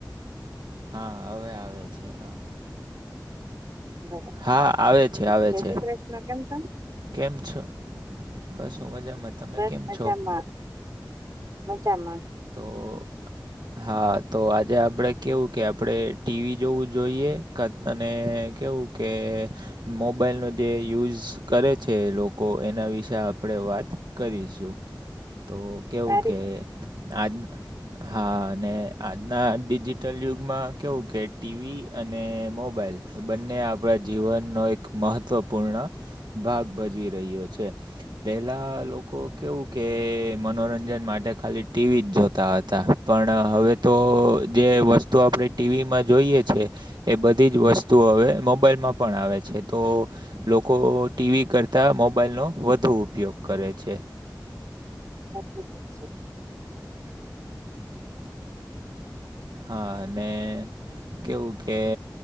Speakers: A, on the right; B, on the right.
A: હા હવે આવે છે હા.
B: બરાબર
A: હા આવે છે આવે
B: જય
A: છે.
B: શ્રી કૃષ્ણ કેમ છો
A: કેમ છો બસ હું મજામાં તમે
B: બસ
A: કેમ છો
B: મજામાં મજામાં.
A: તો હા તો આજે આપણે કેવું કે આપણે ટીવી જોવું જોઈએ ક તને કેવું કે મોબાઈલનો જે યુઝ કરે છે લોકો એના વિશે આપણે વાત કરીશું. તો કેવું
B: સારી
A: કે
B: વાત
A: આજ હા અને આજના ડિજિટલ યુગમાં કેવું કે ટીવી અને મોબાઈલ બંને આપણા જીવનનો એક મહત્ત્વપૂર્ણ ભાગ ભજવી રહ્યો છે. પેલા લોકો કેવું કે મનોરંજન માટે ખાલી ટીવી જ જોતા હતા પણ હવે તો જે વસ્તુ આપણે ટીવીમાં જોઈએ છે એ બધી જ વસ્તુઓ હવે મોબાઈલમાં પણ આવે છે તો લોકો ટીવી કરતા મોબાઈલ નો વધુ ઉપયોગ કરે છે.
B: સાચી વાત છે.
A: હા અને કેવું કે